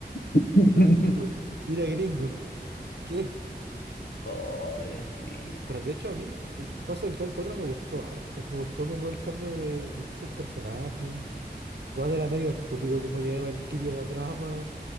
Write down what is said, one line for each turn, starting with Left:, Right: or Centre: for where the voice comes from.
Left: <laughs>
Right: ¿Qué? Y era gringo. ¿Qué?
Left: Oh, sí.
Right: Pero de hecho a mí el paso del 3 al 4 me gustó harto. Me gustó como el cambio de distintos personajes. Igual era medio estúpido como llegaba el Kirio a la trama.